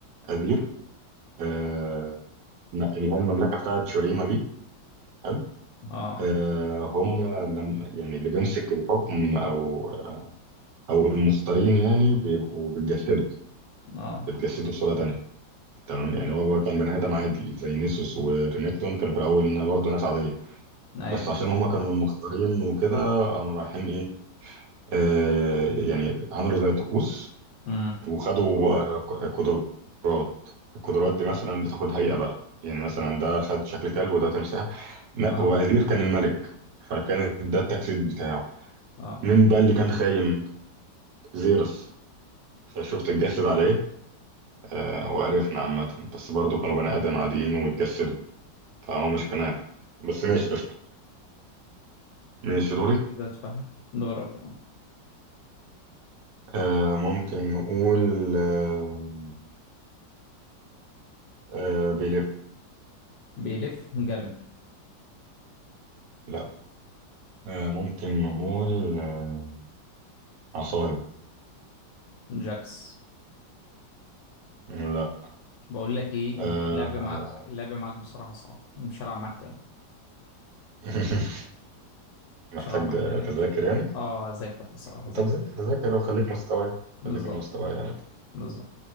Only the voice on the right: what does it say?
أزير آه اللي هي المملكة بتاعت شوريما دي حلو
آه هم لم يعني اللي بيمسك الحكم أو أو المختارين يعني بيبقوا بيتجسدوا
بيتجسدوا بصورة تانية تمام يعني هو كان بني آدم عادي زي نيسوس ورينيكتون كانوا في الأول برضه ناس عادية
بس عشان هم كانوا من المختارين وكده قاموا رايحين إيه آه، يعني عملوا زي طقوس
وخدوا آه، ق- قدرات القدرات دي مثلا بتاخد هيئة بقى يعني مثلا ده خد شكل كلب وده تمساح لا
هو أزير كان الملك فكان ده التجسيد بتاعه
مين بقى اللي كان خايم زيرس فشفت اتجسد عليه آه، وعرفنا عامة بس برضه كانوا بني آدم عاديين واتجسدوا فهو مش قناع بس ماشي قشطة ماشي دوري
آه، ممكن نقول آه، آه، بيلف
لا آه، ممكن نقول آه، عصاية
مم، لا
آه،
<laughs> محتاج
تذاكر
يعني
طب ذاكر ذاكر وخليك مستواي
خليك من مستواي